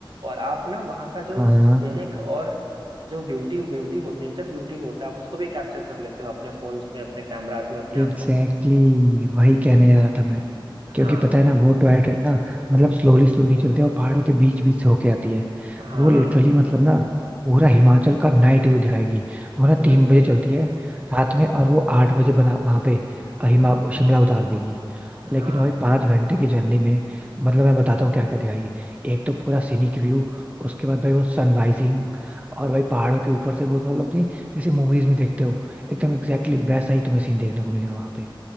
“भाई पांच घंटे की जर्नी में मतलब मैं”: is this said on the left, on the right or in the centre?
Right